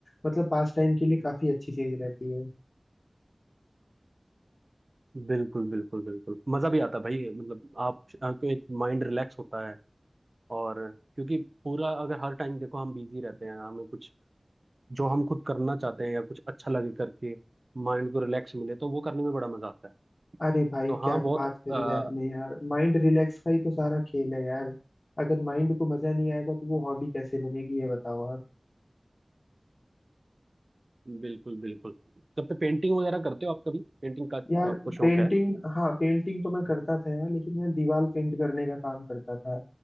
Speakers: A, on the left; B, on the right.
A: मतलब पास टाइम के लिए काफी अच्छी चीज रहती है
B: बिल्कुल बिल्कुल बिल्कुल मजा भी आता है भाई मतलब आप आपको एक माइंड रिलैक्स होता है और क्योंकि पूरा अगर हर टाइम देखो हम बिजी रहते हैं हमें कुछ जो हम खुद करना चाहते हैं या कुछ अच्छा लगे करके माइंड को रिलैक्स मिले तो वो करने में बड़ा मजा आता है
A: अरे भाई
B: तो
A: क्या
B: हाँ बहुत
A: बात करी
B: अ,
A: आपने यार माइंड रिलैक्स का ही तो सारा खेल है यार अगर माइंड को मजा नहीं आएगा तो वो हॉबी कैसे बनेगी ये बताओ आप
B: बिल्कुल बिल्कुल तब पे पेंटिंग वगैरह करते हो आप कभी पेंटिंग का
A: यार
B: आपको
A: पेंटिंग
B: शौक है
A: हाँ पेंटिंग तो मैं करता था यार लेकिन मैं दीवार पेंट करने का काम करता था